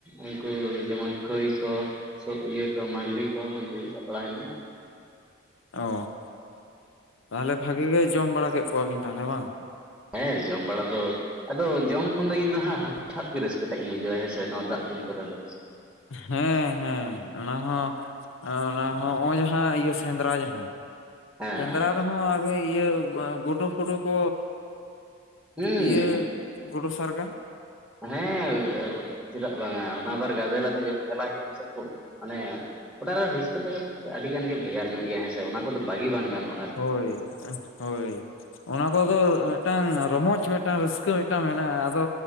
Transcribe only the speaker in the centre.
ᱩᱱᱠᱩ ᱡᱮᱢᱚᱱ ᱠᱟᱹᱭ ᱠᱚ ᱤᱭᱟᱹ ᱠᱚ ᱢᱟᱹᱜᱽᱨᱤ ᱠᱚ ᱩᱱᱠᱩ ᱜᱮ ᱥᱟᱵ ᱵᱟᱲᱟ ᱦᱩᱭ ᱞᱮᱱᱟ᱾
ᱦᱮᱸ ᱡᱚᱢ ᱵᱟᱲᱟ ᱫᱚ ᱟᱫᱚ ᱡᱚᱢ ᱠᱷᱚᱱ ᱫᱚ ᱤᱧ ᱫᱚ ᱦᱟᱸᱜ ᱦᱟᱠᱩ ᱥᱟᱵ ᱜᱮ ᱨᱟᱹᱥᱠᱟᱹ ᱴᱟᱜ ᱤᱧ ᱵᱩᱡᱷᱟᱹᱣᱟ ᱦᱮᱸ ᱥᱮ ᱱᱚᱣᱟ ᱫᱟᱜᱽ ᱫᱤᱱ ᱠᱚᱨᱮ ᱫᱚ᱾
ᱦᱮᱸ
ᱦᱮᱸ
ᱦᱩᱸ
ᱦᱮᱸ ᱪᱮᱫᱟᱜ ᱵᱟᱝᱟ, ᱚᱱᱟ ᱟᱵᱟᱨ ᱜᱟᱫᱮ ᱞᱟᱛᱮ ᱡᱚᱠᱷᱚᱱ ᱪᱟᱞᱟᱜ ᱦᱩᱭᱩᱜᱼᱟ ᱥᱮ ᱠᱷᱩᱵᱽ ᱢᱟᱱᱮᱼᱼ ᱚᱲᱟᱜ ᱨᱮ ᱨᱟᱹᱥᱠᱟᱹ ᱛᱟᱠᱮ, ᱟᱹᱰᱤᱜᱟᱱ ᱜᱮ ᱵᱷᱮᱜᱟᱨ ᱧᱚᱜ ᱜᱮᱭᱟ ᱦᱮᱸ ᱥᱮ ᱚᱱᱟ ᱠᱚᱫᱚ ᱵᱟᱹᱜᱤ ᱵᱟᱝ ᱜᱟᱱᱚᱜᱼᱟ ᱾